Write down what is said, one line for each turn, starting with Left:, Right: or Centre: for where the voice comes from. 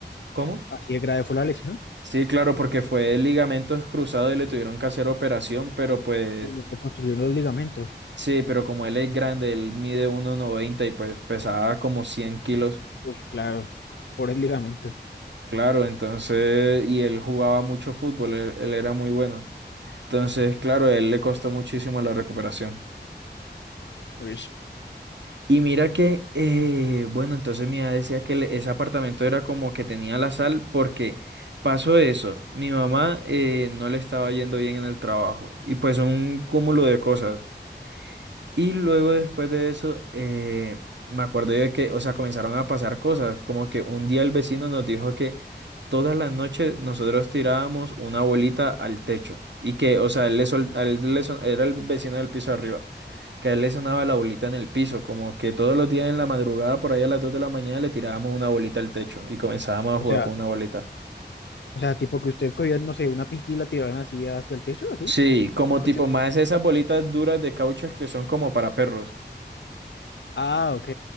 Right: ¿cómo?
Left: así de grave fue la lesión.
Right: Sí, claro, porque fue ligamentos cruzados y le tuvieron que hacer operación, pero pues...
Left: Y Le reconstruyeron los ligamentos.
Right: Sí, pero como él es grande, él mide uno noventa y pues pesaba como 100 kilos.
Left: Pues claro, pobres ligamentos.
Right: Claro, entonces, y él jugaba mucho fútbol, él, él era muy bueno. Entonces, claro, a él le costó muchísimo la recuperación.
Left: Uy.
Right: Y mira que, eh, bueno, entonces mi mamá decía que le- ese apartamento era como que tenía la sal porque pasó eso. Mi mamá eh, no le estaba yendo bien en el trabajo y pues un cúmulo de cosas. Y luego después de eso, eh, me acuerdo yo de que, o sea, comenzaron a pasar cosas, como que un día el vecino nos dijo que todas las noches nosotros tirábamos una bolita al techo y que, o sea, él le sol- a él le son- era el vecino del piso arriba, que a él le sonaba la bolita en el piso, como que todos los días en la madrugada, por ahí a las 2 de la mañana, le tirábamos una bolita al techo y comenzábamos a
Left: O
Right: jugar
Left: sea,
Right: con una bolita.
Left: o sea, tipo que ustedes cogían, no sé, una piquila y la tiraban así hacia el techo, así,
Right: Sí, como tipo
Left: anoche.
Right: más esas bolitas duras de caucho que son como para perros.
Left: Ah, ok.